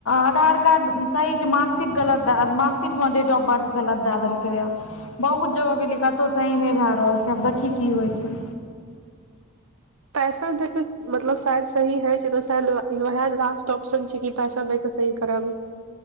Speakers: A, on the left; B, on the right.
A: आधार कार्ड सही छै मार्कशीट गलत दए मार्कशीटमे डेट ऑफ बर्थ गलत दए देलकैए। बहुत जगह गेलियै कतौ सही नै भए रहल छै आब देखी की होय छै।
B: पैसा देखे मतलब शायद सही हेै छै होय <unintelligible> वएह लास्ट ऑप्शन छै कि पैसा देख। तऽ सही कराबही।